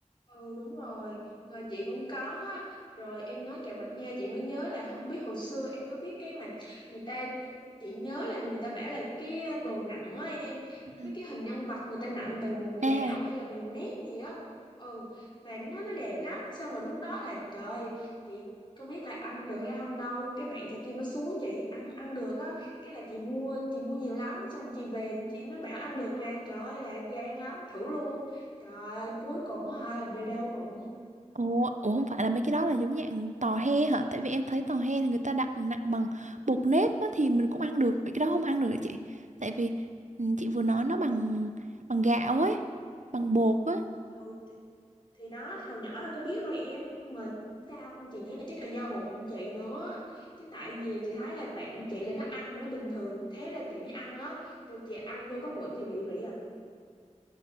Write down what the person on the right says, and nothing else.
Ừ.
à
Ủa, ủa không phải là mấy cái đó là giống dạng tò he hả? Tại vì em thấy tò he là người ta đặng nặng bằng bột nếp á, thì mình cũng ăn được, vậy cái đó không ăn được hả chị? Tại vì ừ, chị vừa nói nó bằng bằng gạo ấy, bằng bột á.